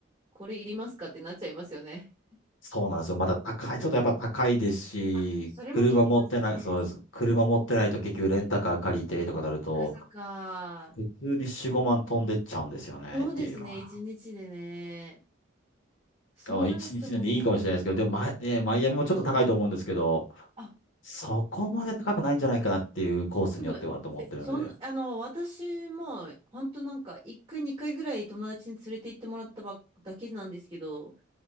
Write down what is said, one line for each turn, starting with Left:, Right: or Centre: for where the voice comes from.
Right: これいりますかってなっちゃいますよね。
Left: そうなんですよ。また高い、ちょっとやっぱ高いですし、
Right: <laughs> あ、それも聞きますね。
Left: 車持ってない、そうです。車持ってないと結局レンタカー借りてとかなると、
Right: <laughs> そっかそっか。
Left: 普通に4、5万飛んでっちゃうんですよねっていうのは。
Right: そうですね、一日でね。そうなるともう、
Left: だから1日なんでいいかもしれないですけど、でもマイ、ねマイアミもちょっと高いと思うんですけど、
Right: あ、
Left: そこまで高くないんじゃないかなっていうコースによってはと思ってるので。
Right: 多分、え、そん、あの、私も、本当なんか、一回、二回ぐらい友達に連れて行ってもらったばっだけなんですけど、